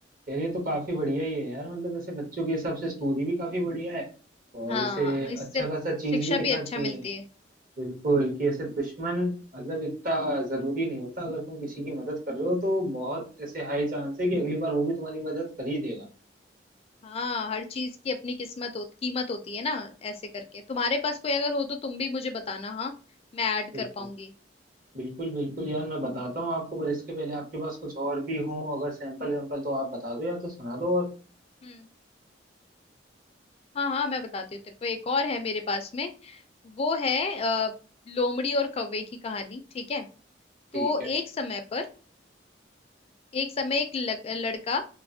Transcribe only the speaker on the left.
हाँ
इससे
शिक्षा
भी अच्छा मिलती
है
हाँ हर चीज की अपनी किस्मत हो, कीमत होती है ना ऐसे करके तुम्हारे पास कोई अगर हो तो तुम भी मुझे बताना हाँ मैं ऐड
कर पाऊंगी
हम्म हाँ हाँ मैं बताती हूँ तेरे को एक और है मेरे पास में वो है आ, लोमड़ी और कौवे की कहानी ठीक है तो
एक समय पर एक समय एक लग, लड़का